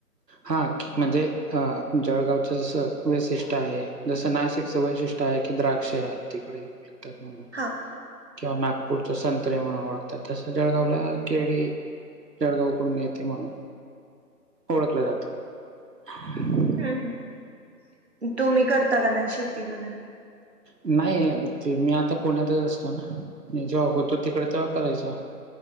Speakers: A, on the right; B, on the right.
A: हा म्हणजे अ जळगावच जसं वैशिष्ट्य आहे जसं नाशिकचं वैशि टाय की द्राक्ष आहेत तिकडे विकतात म्हणून.
B: हा
A: किंवा नागपूरचा संत्रे म्हणून ओळखतात तसं जळगावला केळी जळगावकडून येते म्हणून. ओळखलं जातं. ह <inaudible>
B: हम्म तुम्ही करता का नाय शेती वगैरे?
A: नाही अगं ते मी आता पुण्यातच असतो ना. मी जेव्हा होतो तिकडे तेव्हा करायचा.